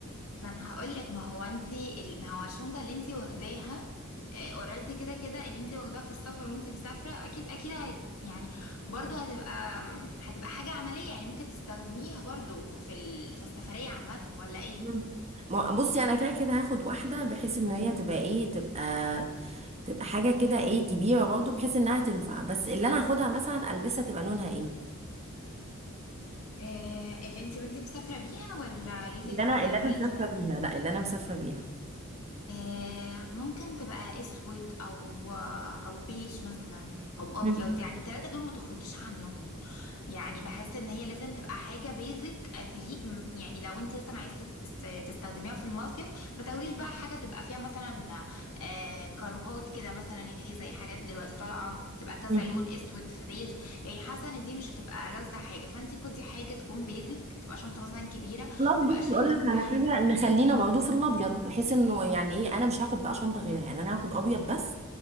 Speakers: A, on the left; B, on the right.
A: ما انا هقولك ما هو انتي ال- ما هو الشنطه اللي انتي واخداها اوريدي كده كده اللي انتي واخداها في السفر وانتي مسافره اكيد اكيد هي- يعني برضو هتبقى م، هتبقى حاجه عمليه يعني ممكن تستخدميها برضو في ال... في السفريه عامه ولا ايه
B: مم. ما- بصي أنا كده كده هاخد واحدة بحيث إن هي تبقى إيه تبقى تبقى حاجة كده إيه كبيرة برضه بحيث إنها تنفع بس اللي أنا هاخدها مثلا ألبسها تبقى لونها إيه
A: آه، اللي انتي وانتي مسافره بيها ولا اللي انتي
B: اللي
A: هتاخديها
B: أنا اللي
A: معاكي
B: أنا مسافة
A: مثلا
B: بيها لا اللي أنا مسافة بيها
A: آه، ممكن تبقى اسود او آه، او بيج مثلا او ابيض
B: مم.
A: يعني الثلاثه دول ما تخرجيش عنهم يعني بحس ان هي لازم تبقى حاجه بيزك تليق م- يعني لو انت مثلا عايزه تت- تست- تستخدميها في المصيف ما تاخديش بقى حاجه تبقى فيها مثلا آه كاروهات كده مثلا يعني في زي حاجات دلوقتي طالعه تبقى كذا
B: مم.
A: لون اسود في بيج يعني حاسه ان دي مش هتبقى ألذ حاجه فانت خدي حاجه تكون بيزك تبقى شنطه مثلا كبيره
B: خلاص
A: تبقى
B: بصي
A: شايله
B: اقول لك
A: كل
B: على
A: حاجه
B: حاجه نخلينا برضه في الابيض بحيث انه يعني ايه انا مش هاخد بقى شنطه غيرها يعني انا هاخد ابيض بس